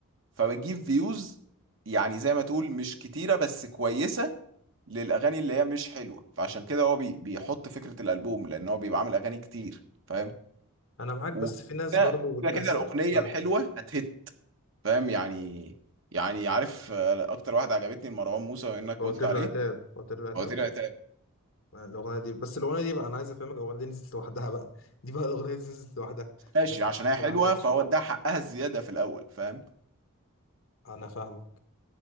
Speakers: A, on the right (about 60°); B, on the left (about 65°).
A: فبتجيب فيوز يعني زي ما تقول مش كتيره بس كويسه للاغاني اللي هي مش حلوه فعشان كده هو بي بيحط فكره الالبوم لان هو بيبقى عامل اغاني كتير فاهم
B: انا معاك
A: وكده
B: بس في ناس برضو
A: كده
B: بتكسل
A: كده الاغنيه
B: اه
A: الحلوه هتهت فاهم يعني يعني عارف آه، اكتر واحده عجبتني لمروان موسى وانك
B: فواتير
A: قلت عليه
B: العتاب فواتير العتاب
A: هو طلع طلع-
B: آه، الاغنيه دي بس الاغنيه دي بقى انا عايز افهمك الاغنيه دي نزلت لوحدها بقى دي بقى الاغنيه دي نزلت لوحدها
A: ماشي
B: ما نزلتش
A: عشان هي
B: ما
A: حلوه
B: قالكش
A: فهو اداها حقها الزياده في الاول فاهم
B: انا فاهمك